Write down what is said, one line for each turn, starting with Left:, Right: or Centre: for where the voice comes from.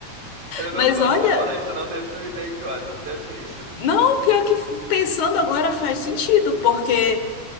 Right: Eu
Left: Mas
Right: não, fa-
Left: olha,
Right: não vou falar isso, não, deve ser uma ideia idiota, não deve ser isso. <laughs>
Left: não, pior que f- pensando agora faz sentido, porque.